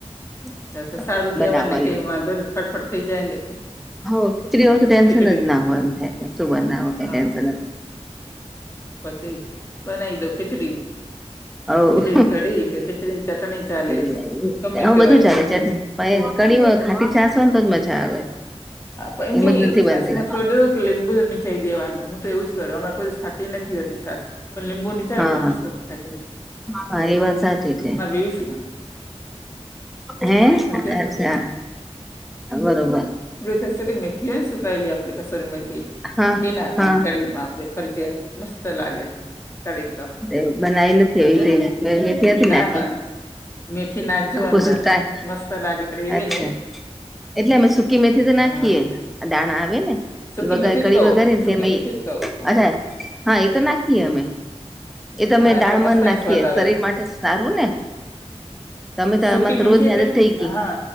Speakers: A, in the centre; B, on the left.
A: <inaudible>
B: તો તો સારું કહેવાય
A: બનાવાનું
B: ને કંઈ વાંધો નહીં, ફટફટ થઈ જાય ને.
A: હા કેટલી ઓર ટેન્શન
B: ખીચડીન
A: જ ના
B: તો
A: હોય એમ. ને શું બનાવો કે
B: હા,
A: ટેન્સન
B: એ બનાઈ દો ખિચડી
A: હવ
B: ખિચડી ને કડી કે ખીચડી ને ચટણી. ચાલે,
A: હ
B: ગમે
A: તેવું
B: તે
A: બધું
B: હોય
A: ચાલે
B: બનાવી
A: ચટણી
B: દો.
A: પણ કડી ખાટી ચાસો ને તો જ મજા આવે.
B: હ પણ એમની
A: એમ જ નથી
B: છાસ
A: બનતી
B: માં થોડુંક લીંબુ નીચાઈ દેવાનું હું તો એવું જ કરું અમારે કોઈ તે નથી હોતી છાસ પણ લીંબુ નીછોડે
A: હા
B: એટલે
A: હા
B: મસ્ત થાય કઢી.
A: હા એ વાત સાચી છે.
B: મારી વીવસના
A: હે
B: સમજ્યા?
A: અચ્છા બરોબર.
B: થશે કે મેથી હોય સુકાયેલી આપે કસોરી મેથી
A: હા
B: એ નાખવાની
A: હા
B: કાઢી માં આપડે ફરજીયાત મસ્ત લાગે કઢી તો
A: એવુ બનાવી નથી
B: સમજે
A: એવી હતી <unintelligible> ક્યાંથી
B: ના
A: નાખી
B: મ મેથી નાખજો
A: કોશિશ
B: અંદર
A: ટ્રાય
B: મસ્ત લાગે <unintelligible>
A: અચ્છા એટલે અમે મેથી તો
B: હા
A: નાખીએે દાણા આવે ને
B: સૂકી
A: વગા
B: મેથી
A: કડી
B: જ કહું
A: વઘારીએ એટલે
B: સૂકી
A: અમે
B: મેથી જ કહું હા
A: અછા હા એ તો નાખીએ અમે. એ ત અમે
B: હા
A: ડાળ
B: એટલે મસ્ત
A: માં નાખીએ
B: એનો સ્વાદ આવે
A: શરીર માટે સારું ને તમે તો
B: સૂકી
A: આરે તો
B: મેથી
A: રોજની
B: એટલે
A: આદત
B: પે
A: થઈ ગઈ.
B: હા